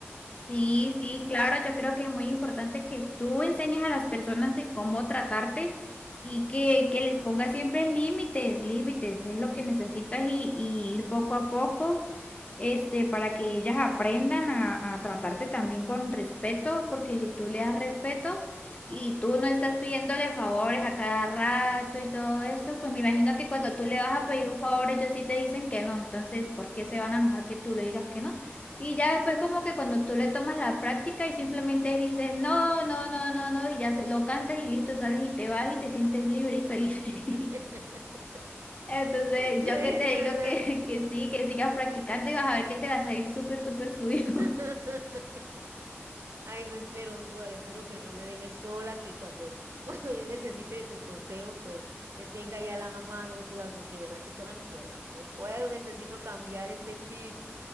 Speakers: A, on the left; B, on the right.
A: Sí, sí, claro, yo creo que es muy importante que tú enseñes a las personas de cómo tratarte y que, que les pongas siempre límites, límites, es lo que necesitas y, y ir poco a poco, este, para que ellas aprendan a, a tratarte también con respeto, porque si tú le das respeto y tú no estás pidiéndole favores a cada rato y todo eso, pues me imagino que cuando tú le vas a pedir un favor, ellos sí te dicen que no, entonces, ¿por qué se van a enojar que tú le digas que no? Y ya después como que cuando tú le tomas la práctica y simplemente dices, no, no, no, no, no, y ya se- lo cantas y listo, sales y te vas y te sientes libre y feliz.
B: <laughs>
A: <laughs> Entonces,
B: Eso
A: yo que te digo
B: era.
A: que, que sí, que sigas practicando y vas a ver que te va a salir súper, súper fluido.
B: <laughs>
A: <laughs>
B: Ay, eso espero, Suárez. Espero que no me dejes sola, que cuando, <laughs> cuando yo necesite de tus consejos, pues te tenga ya la mano, Suárez, porque de verdad que sola no puedo. No puedo, necesito cambiar este chip.